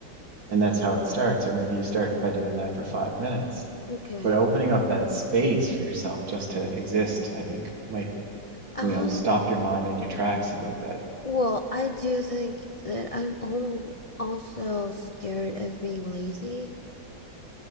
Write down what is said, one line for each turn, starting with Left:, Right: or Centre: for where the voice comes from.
Right: And that's how it starts. Or maybe you start by doing that for five minutes.
Left: Okay.
Right: But opening up that space for yourself just to exist, I think might,
Left: Um,
Right: you know, stop your mind in your tracks a little bit.
Left: Well, I do think that I'm al- also scared of being lazy.